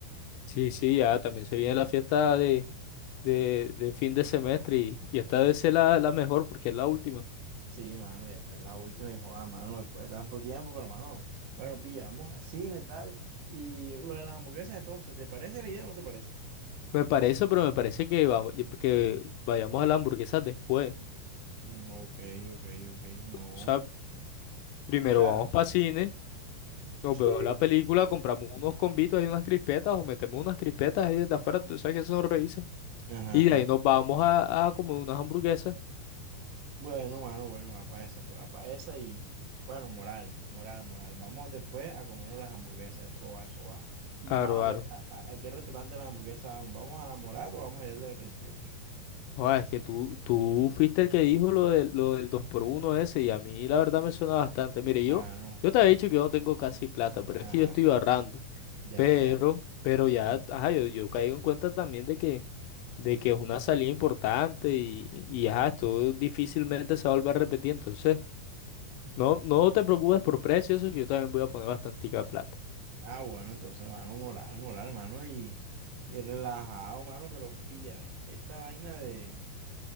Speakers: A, on the left; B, on the right.
A: Sí, sí, ya también se viene la fiesta de de, de fin de semestre y, y esta debe ser la, la mejor porque es la última.
B: sí, mano, ya está es la última y, joda, mano, después de tanto tiempo, pero, mano, bueno, pilla, vamos al cine, tal, y lo de las hamburguesas, entonces, ¿te parece la idea o no te parece?
A: Me parece, pero me parece que, va- que vayamos a las hamburguesas después.
B: Mm, ok, ok, ok, no,
A: O sea,
B: o
A: primero
B: sea,
A: vamos para cine, nos
B: sí,
A: vemos la película, compramos unos combitos y unas crispetas o metemos unas crispetas ahí desde afuera, tú sabes que eso nos revisa.
B: ajá,
A: Y
B: ajá.
A: de ahí nos vamos a, a comer unas hamburguesas.
B: Bueno, mano, bueno, va para esa, pues va para esa y bueno, moral, moral, moral. Vamos después a comernos las hamburguesas, eso va, eso va. Y
A: Aro,
B: mano, ¿a qué,
A: aro.
B: a, a- a qué restaurante de las hamburguesas vamos? ¿Vamos a Morato o vamos a ir del treinta y ocho
A: Joder, es que tú, tú fuiste el que dijo lo, de, lo del dos por uno ese y a mí la verdad me suena bastante. Mire,
B: Mano,
A: yo, yo te había dicho que yo no tengo casi plata, pero
B: ajá,
A: es que yo estoy ahorrando.
B: ya,
A: Pero,
B: ya.
A: pero ya,
B: ajá.
A: ajá, yo, yo caigo en cuenta también de que, de que es una salida importante y, y ajá, esto difícilmente se va a volver a repetir. Entonces, no, no te preocupes por precios, eso que yo también voy a poner bastantica plata.
B: Ah, bueno, entonces, mano, moral, moral, mano, y, y relajado, mano, pero pilla, ve, esta vaina de,